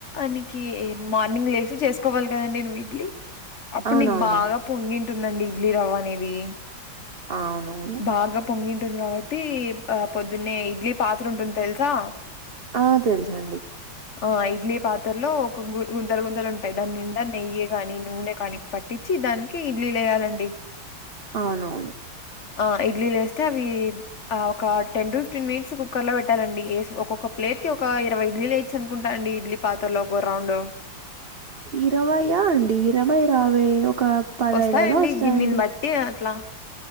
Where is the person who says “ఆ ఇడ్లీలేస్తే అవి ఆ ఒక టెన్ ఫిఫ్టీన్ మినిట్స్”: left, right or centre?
Left